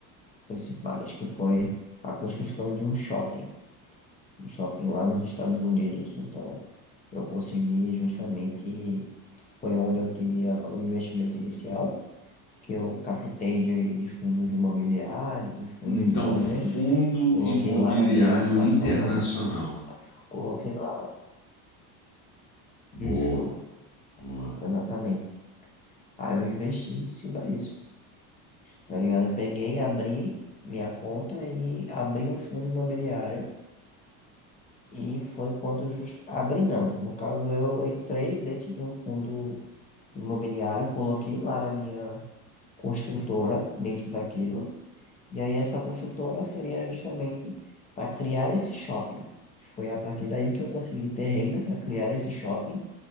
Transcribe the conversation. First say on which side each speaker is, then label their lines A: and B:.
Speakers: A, on the left; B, on the left.
A: principais, que foi a construção de um shopping. no shopping lá nos Estados Unidos. Então, eu consegui justamente, foi onde eu tive a- o investimento inicial, que eu captei de, de fundos imobiliários, de fundos
B: Então,
A: de governos,
B: Fundo
A: coloquei
B: Imobiliário
A: lá na minha ação,
B: Internacional.
A: no, coloquei lá,
B: Boa,
A: isso,
B: boa.
A: exatamente. Aí eu investi em cima disso, tá ligado? Eu peguei, abri minha conta e abri um fundo imobiliário. E foi quando justo abri, não. No caso, eu entrei dentro de um fundo imobiliário, coloquei lá a minha construtora dentro daquilo. E aí essa construtora seria justamente para criar esse shopping. Foi a partir daí que eu consegui ter renda para criar esse shopping